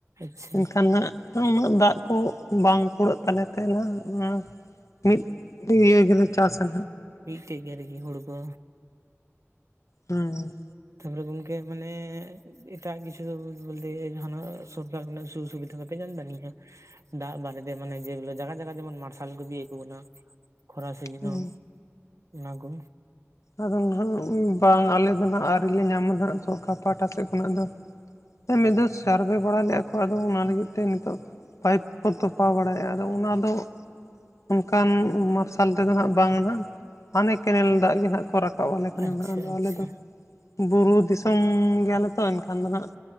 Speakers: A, on the right; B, on the left.
A: ᱟᱪᱪᱷᱟ
B: ᱮᱱᱠᱷᱟᱱ ᱦᱟᱸᱜ ᱩᱱᱟᱹᱜ ᱫᱟᱜ ᱠᱚ ᱵᱟᱝ ᱠᱩᱲᱟᱹᱜ ᱛᱟᱞᱮ ᱛᱮ ᱚᱱᱟ ᱢᱤᱫ ᱤᱭᱟᱹ ᱜᱮᱞᱮ ᱪᱟᱥ-ᱟ
A: ᱠᱮᱫ ᱜᱮᱭᱟ ᱟᱨᱠᱤ ᱦᱩᱲᱩ ᱠᱚ
B: ᱦᱮᱸ
A: ᱛᱟᱯᱚᱨᱮ ᱜᱚᱝᱠᱮ ᱢᱟᱱᱮ ᱮᱴᱟᱜ ᱠᱤᱪᱷᱩ ᱫᱚ ᱵᱚᱞᱛᱮ ᱡᱟᱦᱟᱱᱟᱜ ᱥᱚᱨᱠᱟᱨᱱᱟᱜ ᱥᱩᱡᱳᱜ ᱥᱩᱵᱤᱫᱷᱟ ᱠᱚᱯᱮ ᱟᱹᱡᱚᱢ ᱫᱟᱹᱤᱧ ᱫᱟᱜ ᱵᱟᱨᱮ ᱛᱮ ᱢᱟᱱᱮ ᱡᱮ ᱡᱟᱭᱜᱟ ᱡᱟᱭᱜᱟ ᱡᱮᱢᱚᱱ ᱢᱟᱨᱥᱟᱞ ᱠᱚ ᱵᱤᱜ ᱟᱠᱩ ᱠᱟᱱᱟ ᱠᱷᱚᱨᱟ ᱥᱤᱡᱮᱱᱚ
B: ᱦᱩᱸ
A: ᱦᱚᱸ ᱚᱱᱟᱱᱟ ᱠᱩ
B: ᱟᱫᱚ ᱵᱟᱝ ᱟᱞᱮ ᱫᱚ ᱱᱟᱜ ᱟᱹᱣᱨᱤ ᱞᱮ ᱧᱟᱢᱟ ᱦᱟᱜ ᱥᱚᱨᱠᱟᱨ ᱯᱟᱦᱟᱴᱟ ᱥᱮᱫ ᱠᱷᱚᱱᱟᱜ ᱫᱚ ᱢᱤᱫ ᱫᱷᱟᱣ ᱥᱟᱨᱵᱷᱮ ᱵᱟᱲᱟ ᱞᱮᱫᱼᱟ ᱠᱚ ᱟᱫᱚ ᱚᱱᱟ ᱞᱟᱹᱜᱤᱫ ᱛᱮ ᱱᱤᱛᱚᱜ ᱯᱟᱭᱤᱯ ᱠᱚᱠᱚ ᱛᱚᱯᱟ ᱵᱟᱲᱟᱭᱮᱫᱟ ᱟᱫᱚ ᱚᱱᱟ ᱫᱚ ᱚᱱᱠᱟᱱ ᱢᱟᱨᱥᱟᱞ ᱛᱮᱫᱚ ᱦᱟᱜ ᱵᱟᱝ ᱱᱟᱦᱟᱜ ᱦᱟᱱᱮ ᱠᱮᱱᱮᱞ ᱫᱟᱜ ᱜᱮ ᱱᱟᱦᱟᱜ ᱠᱚ ᱨᱟᱠᱟᱵ ᱟᱞᱮ ᱠᱟᱱᱟ
A: ᱟᱪᱪᱷᱟ
B: ᱱᱟᱱᱟᱜ ᱟᱫᱚ
A: ᱟᱪᱪᱷᱟ
B: ᱟᱞᱮ ᱫᱚ ᱵᱩᱨᱩ ᱫᱤᱥᱚᱢ ᱜᱮᱭᱟᱞᱮ ᱛᱚ ᱮᱱᱠᱷᱟᱱ ᱫᱚ ᱦᱟᱸᱜ